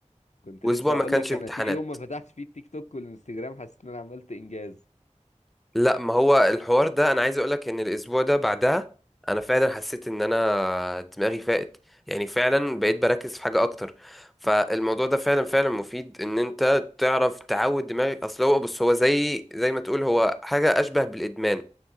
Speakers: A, on the left; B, in the centre.
A: كنت
B: واسبوع
A: لسه
B: ما
A: هقول
B: كانش
A: لك
B: امتحانات
A: أنا في يوم ما فتحتش فيه التيك توك والإنستجرام حسيت إن أنا عملت إنجاز
B: لا ما هو الحوار ده انا عايز اقولك ان الاسبوع ده بعدها انا فعلا حسيت ان انا دماغي فاقت يعني فعلا بقيت بركز في حاجه اكتر فالموضوع ده فعلا فعلا مفيد ان انت تعرف تعود دماغك اصل هو بص هو زي زي ما تقول هو حاجه اشبه بالادمان